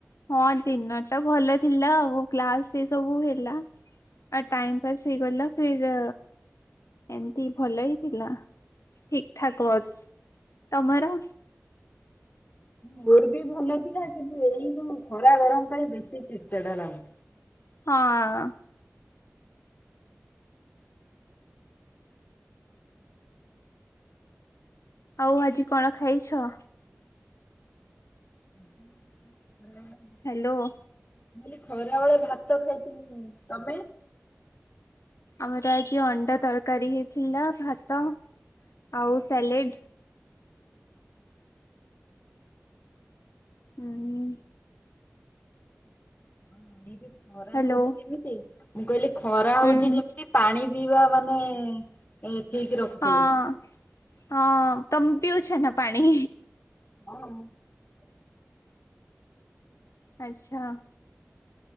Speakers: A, on the left; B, on the left.
A: ହଁ ଦିନ ଟା ଭଲ ଥିଲା ଆଉ କ୍ଲାସ ସେସବୁ ହେଲା। ଆ ଟାଇମ ପାସ୍ ହେଇ ଗଲା ଫିର ଏମିତି ଭଲ ହି ଥିଲା ଠିକ ଠାକ ବସ୍ ତମର
B: ମୋର ବି ଭଲ ଥିଲା କିନ୍ତୁ ଏଇ ଯୋଉ ଖରା ଗରମ ପାଇଁ ବେଶୀ ଚିଡଚିଡା ଲାଗୁଛି।
A: ହଁ। ଆଉ ଆଜି କଣ ଖାଇଛ?
B: ହଁ <inaudible>
A: ହ୍ୟାଲୋ।
B: ମୁ କହିଲି ଖରା ବେଳେ ଭାତ ଖାଇଥିଲି ତମେ?
A: ଆମର ଆଜି ଅଣ୍ଡା ତରକାରୀ ହେଇଥିଲା ଭାତ ଆଉ ସାଲେଡ଼। ହୁଁ।
B: ଏଇ ଯୋଉ ଖରା
A: ହ୍ୟାଲୋ
B: ହଉଛି ଯେମିତି ମୁଁ କହିଲି ଖରା ହଉଛି
A: ହୁଁ ହୁଁ
B: ଯେମିତି ପାଣି ପିଇବା ମାନେ ହୁଁ ଏଇଠିକ ରଖୁଥିବ।
A: ହଁ ହଁ ତମେ ପିଉଛ ନା ପାଣି?
B: ହଁ।
A: ଆଚ୍ଛା।